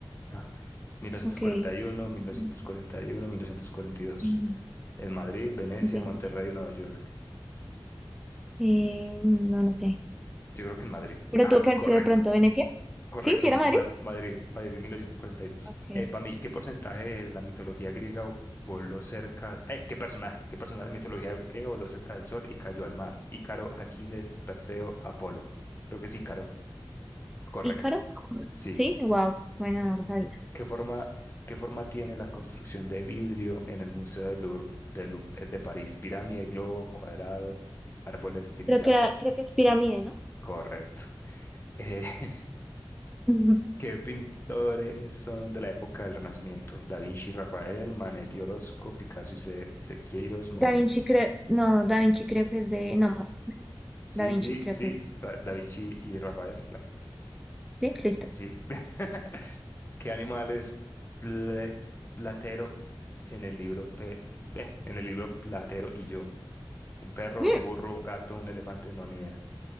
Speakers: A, on the left; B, in the centre.
A: Ah, 1941,
B: Ok.
A: 1941,
B: Sí,
A: 1942.
B: entiendo,
A: En Madrid, Venecia,
B: entiendo.
A: Monterrey o Nueva York.
B: Eh, no, no sé.
A: Yo creo que en Madrid.
B: Pero
A: Ah,
B: tuvo que haber
A: correcto.
B: sido de pronto Venecia.
A: Correcto,
B: Sí, sí era
A: Ma-
B: Madrid.
A: Ma- Madrid, Madrid en 1941.
B: Ok.
A: para mí, ¿qué porcentaje de la mitología griega voló cerca? eh, ¿qué personaje? ¿Qué personaje de la mitología griega voló cerca del sol y cayó al mar? Ícaro, Aquiles, Perseo, Apolo. Creo que es Ícaro. Correcto.
B: ¿Ícaro?
A: Sí.
B: Sí, wow. Bueno, no lo sabía.
A: ¿Qué forma, qué forma tiene la construcción de vidrio en el Museo del Louvre, del Louvre eh, de París? Pirámide, globo, cuadrado, árbol estilizado.
B: Creo que era- creo que es pirámide, ¿no?
A: Correcto. Eh, <laughs>
B: Ujú.
A: ¿Qué pintores son de la época del Renacimiento? Da Vinci, Rafael, Manetti, Orozco, Picasso y Se- Sequeiros, Monet.
B: Da Vinci creo, no, Da Vinci creo que es de, no, Monet no es.
A: Sí,
B: Da Vinci
A: sí,
B: creo
A: sí,
B: que es.
A: Ra- Da Vinci y Rafael, claro.
B: Sí, listo.
A: Sí. <laughs> ¿Qué animal es ple- Platero en el libro Pe- eh, en el libro Platero y yo? ¿Un perro,
B: Mm,
A: un burro, un gato, un elefante? No, ni idea.